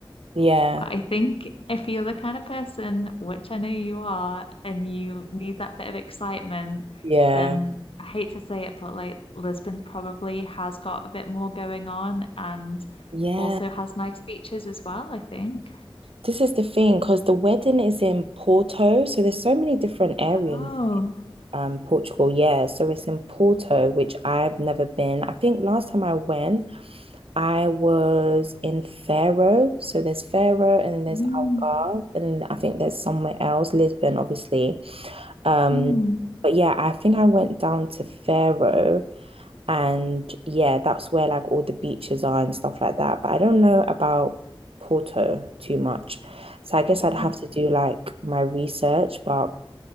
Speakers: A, on the right; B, on the left.
A: Yeah.
B: But I think if you're the kind of person, which I know you are, and you need that bit of excitement,
A: Yeah.
B: then I hate to say it, but like Lisbon probably has got a bit more going on and
A: Yeah.
B: also has nice beaches as well, I think.
A: This is the thing, because the wedding is in Porto, so there's so many different areas.
B: Oh,
A: Um, Portugal, yeah. So it's in Porto, which I've never been. I think last time I went, I was in Faro. So there's Faro and then there's
B: mm,
A: Algarve, and I think there's somewhere else, Lisbon, obviously. Um,
B: mm.
A: but yeah, I think I went down to Faro. And yeah, that's where like all the beaches are and stuff like that. But I don't know about Porto too much. So I guess I'd have
B: mm.
A: to do like my research. But